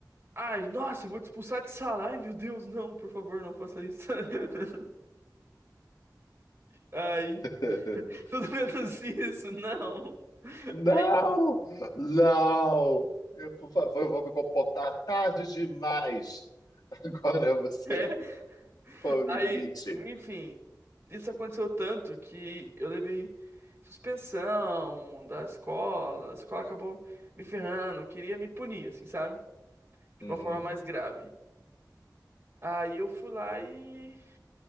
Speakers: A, on the right; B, on the left.
A: ai, nossa, eu vou te expulsar de sala. Ai, meu Deus, não, por favor, não faça isso. <laughs> Ai,
B: <laughs>
A: tudo menos isso, não.
B: Não,
A: aí
B: não, eu, por favor, eu vou me comportar tarde demais. Agora você
A: é.
B: foi o
A: Aí,
B: limite.
A: enfim, isso aconteceu tanto que eu levei suspensão da escola, a escola acabou me ferrando, queria me punir, assim, sabe? De
B: Uhum.
A: uma forma mais grave. Aí eu fui lá e